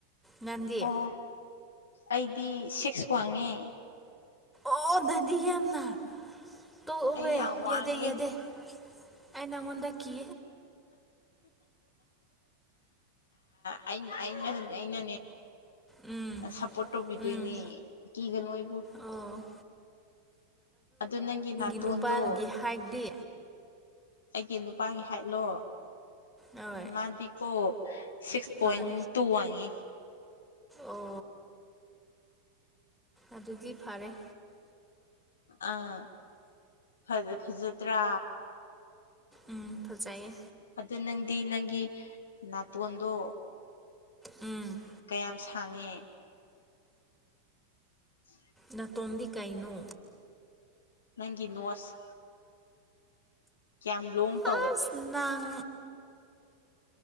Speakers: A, in the centre; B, on the left (about 65°).
A: ꯉꯥꯟꯗꯤꯌꯦ
B: ꯑꯣ ꯑꯩꯗꯤ ꯁꯤꯛꯁ ꯋꯥꯡꯉꯦ
A: ꯑꯣ ꯅꯗꯤ ꯌꯥꯝꯅ ꯇꯣꯛꯍꯦ
B: ꯑꯩ ꯌꯥꯝ ꯋꯥꯡꯉꯦ
A: ꯌꯥꯗꯦ ꯌꯥꯗꯦ ꯑꯩ ꯅꯪꯉꯣꯟꯗ ꯀꯤ
B: ꯑꯩꯅ ꯑꯩꯅꯅꯦ
A: ꯎꯝ
B: ꯁꯞꯄꯣꯔꯠ ꯇꯧꯕꯤꯗꯣꯏꯅꯦ
A: ꯎꯝ
B: ꯀꯤꯒꯅꯨ ꯑꯩꯕꯨ
A: ꯑꯣ
B: ꯑꯗꯨ ꯅꯪꯒꯤ ꯅꯥꯇꯣꯟꯗꯣ
A: ꯅꯨꯄꯥꯒꯤ ꯍꯥꯏꯠꯗꯤ
B: ꯑꯩꯒꯤ ꯅꯨꯄꯥꯒꯤ ꯍꯥꯏꯠꯂꯣ
A: ꯍꯣꯏ
B: ꯃꯥꯗꯤꯀꯣ ꯁꯤꯛꯁ ꯄꯣꯏꯟ
A: ꯍꯣꯏ
B: ꯇꯨ ꯋꯥꯡꯉꯤ
A: ꯑꯣ ꯑꯗꯨꯗꯤ ꯐꯔꯦ
B: ꯑꯥ ꯐꯖꯗ꯭ꯔꯥ
A: ꯎꯝ ꯐꯖꯩꯌꯦ
B: ꯑꯗꯨ ꯅꯪꯗꯤ ꯅꯪꯒꯤ ꯅꯥꯇꯣꯟꯗꯣ
A: ꯎꯝ
B: ꯀꯌꯥꯝ ꯁꯥꯡꯉꯦ ꯎꯝ
A: ꯅꯇꯣꯝꯗꯤ ꯀꯩꯅꯣ
B: ꯅꯪꯒꯤ ꯅꯣꯠꯁ ꯌꯥꯝꯌꯥꯝ ꯂꯣꯡ ꯇꯧꯋꯦ
A: ꯑꯁ ꯅꯪ